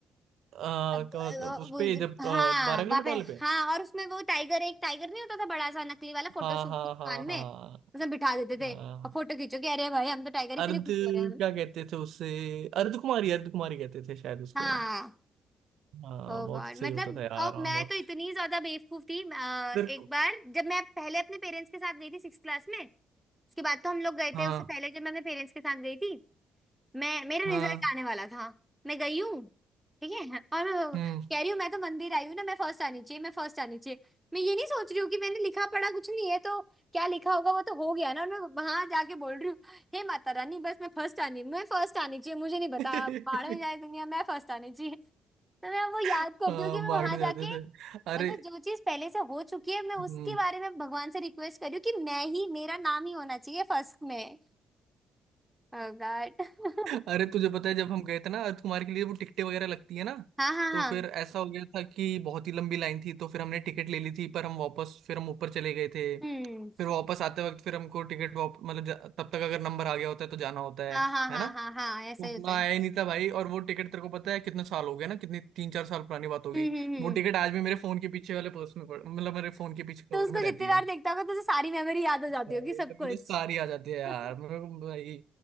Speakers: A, on the right; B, in the centre.
A: आ,
B: अब,
A: का-
B: अ,
A: उस
B: वो
A: पे
B: जो-
A: जब
B: हाँ
A: बारह
B: वहां
A: किलोमीटर
B: पे
A: वाले पे
B: हाँ और उसमें वो टाइगर एक टाइगर नहीं होता था बड़ा सा नकली वाला फोटोशूट
A: हाँ हाँ
B: की दुकान
A: हाँ हाँ
B: में उसमें बिठा देते
A: हाँ
B: थे और फोटो खींचो कि अरे भाई हम तो टाइगर इतने
A: अर्ध
B: खुश
A: क्या
B: हो रहे हैं हम
A: कहते थे उससे अर्ध कुमारी अर्ध कुमारी कहते थे शायद उसको
B: हाँ
A: हाँ
B: ओ
A: बहुत
B: गॉड
A: सही
B: मतलब
A: होता था यार
B: और
A: हाँ
B: मैं
A: बहुत
B: तो इतनी ज्यादा बेवकूफ थी अ,
A: सर
B: एक बार जब मैं पहले अपने पेरेंट्स के साथ गई थी सिक्स क्लास में उसके बाद तो हम लोग गए
A: हाँ
B: थे उससे पहले जब मैं अपने पेरेंट्स के साथ गई थी मैं मेरा
A: हाँ
B: रिजल्ट आने वाला था मैं गई हूँ ठीक है और अ,
A: हम्म
B: कह रही हूँ मैं तो मंदिर आई हूँ ना मैं फर्स्ट आनी चाहिए मैं फर्स्ट आनी चाहिए मैं ये नहीं सोच रही हूँ कि मैंने लिखा पढ़ा कुछ नहीं है तो क्या लिखा होगा वो तो हो गया ना और मैं वहां जाके बोल रही हूँ हे माता रानी बस मैं फर्स्ट आनी मैं फर्स्ट आनी चाहिए मुझे नहीं पता
A: <laughs>
B: बाहर में जाए दुनिया मैं फर्स्ट आनी चाहिए तो मैं वो याद
A: हाँ
B: करती हूँ कि मैं
A: मांगने
B: वहां जाके
A: जाते थे अरे
B: मतलब जो चीज पहले से हो चुकी है मैं उसके
A: हम्म।
B: बारे में भगवान से रिक्वेस्ट कर रही हूँ कि मैं ही मेरा नाम ही होना चाहिए फर्स्ट में Oh God <laughs>
A: अरे तुझे पता है जब हम गए थे ना अर्थ कुमार के लिए वो टिकटें वगैरह लगती है ना
B: हाँ हाँ
A: तो
B: हाँ
A: फिर ऐसा हो गया था कि बहुत ही लंबी लाइन थी तो फिर हमने टिकट ले ली थी पर हम वापस फिर हम ऊपर चले गए थे
B: हम्म
A: फिर वापस आते वक्त फिर हमको टिकट वाप मतलब जा- तब तक अगर नंबर आ गया होता है तो जाना होता
B: हाँ
A: है
B: हाँ हाँ
A: है ना
B: हाँ हाँ ऐसा
A: तो
B: ही
A: उतना
B: होता है
A: आया ही नहीं था भाई और वो टिकट तेरे को पता है कितने साल हो गए ना कितनी तीन चार साल पुरानी बात होगी
B: हम्म हम्म हम्म
A: वो टिकट आज भी मेरे फोन के पीछे वाले पर्स में पड़ मतलब मेरे फोन
B: <laughs>
A: के पीछे कवर
B: तो उसको
A: में रहती
B: जितनी बार
A: है
B: देखता होगा तुझे सारी मेमोरी याद हो जाती
A: भाई
B: होगी
A: मेरे
B: सब
A: को
B: कुछ
A: तो सारी आ जाती है यार
B: <laughs>
A: मेरे को भाई